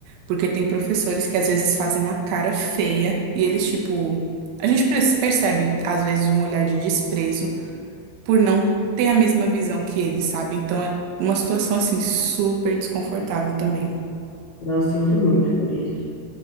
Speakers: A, on the right; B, on the left.
A: porque tem professores que às vezes fazem uma cara feia e eles, tipo, a gente pre- percebe às vezes um olhar de desprezo por não ter a mesma visão que eles, sabe? Então é uma situação assim super desconfortável também.
B: Nossa, sinto muito por isso.